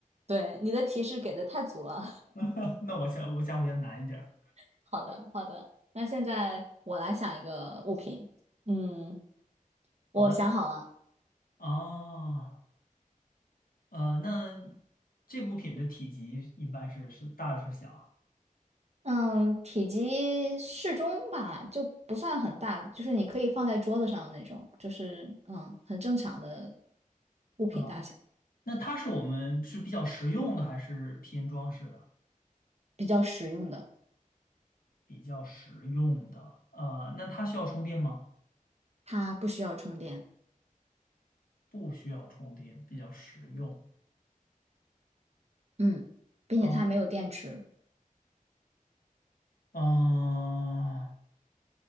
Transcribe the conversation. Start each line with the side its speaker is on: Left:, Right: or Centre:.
Right: 对，你的提示给的太足了。
Left: <laughs> 那我下我下回要难一点儿。
Right: <laughs> 好的，好的，那现在我来想一个物品。嗯，我想好了。
Left: 好的，哦，呃，那这个物品的体积一般是是大是小
Right: 嗯，体积适中吧，就不算很大，就是你可以放在桌子上的那种，就是嗯，很正常的物品大小，
Left: 啊？啊那它是我们是比较实用的还是偏装饰的？
Right: 比较实用的，
Left: 比较实用的，呃，那它需要充电吗？
Right: 它不需要充电。
Left: 不需要充电，比较实用。
Right: 嗯，并且它没有电池，
Left: 哦，嗯、